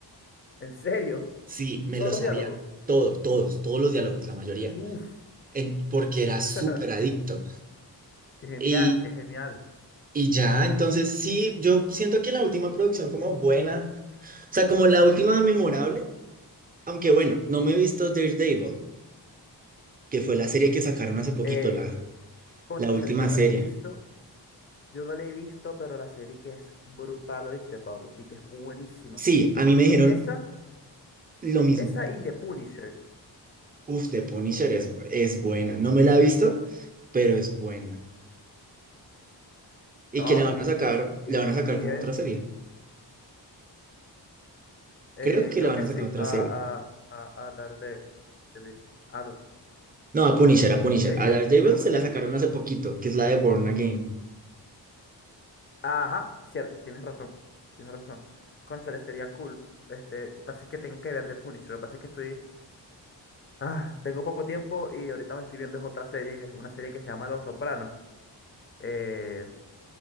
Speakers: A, on the left (about 30°); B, on the right (about 20°).
A: ¿en serio?
B: Sí, me
A: ¿Todos
B: los
A: los
B: sabía
A: diálogos?
B: todo, todos, todos los diálogos, la mayoría.
A: Uf,
B: en- porque era
A: <laughs>
B: súper adicto.
A: qué genial,
B: Y,
A: qué genial.
B: y ya, entonces sí, yo siento que la última producción como buena, o sea, como la última memorable, aunque bueno, no me he visto Daredevil, que fue la serie que sacaron hace poquito,
A: Eh,
B: la,
A: cónchale,
B: la última
A: yo no
B: serie.
A: la he visto, yo no la he visto, pero la serie que es brutal, ¿oíste, Pablo? Y que es buenísima.
B: Sí,
A: Me
B: a
A: han
B: mí
A: dicho,
B: me dijeron
A: esa,
B: lo
A: e-
B: mismo.
A: esa y The Punisher.
B: Uf, The Punisher es, es buena. No me la he visto, pero es buena. Y
A: No,
B: que le
A: no,
B: van a sacar,
A: eh, y,
B: le van a sacar
A: y, y
B: como
A: de-
B: otra serie.
A: eh,
B: Creo que
A: creo
B: le van
A: que
B: a
A: sí,
B: sacar otra
A: a,
B: serie.
A: a, a, a Daredevil. A Dar-
B: No, a Punisher, a Punisher.
A: sí,
B: A Daredevil
A: lo que
B: se
A: pasa
B: la sacaron hace poquito, que es la de Born Again.
A: Ajá, cierto, tienes razón, tienes razón. Cónchale, sería cool. Este, lo que pasa es que tengo que ver The Punisher, lo que pasa es que estoy... Ah, tengo poco tiempo y ahorita me estoy viendo es otra serie, que- una serie que se llama Los Sopranos. Eh,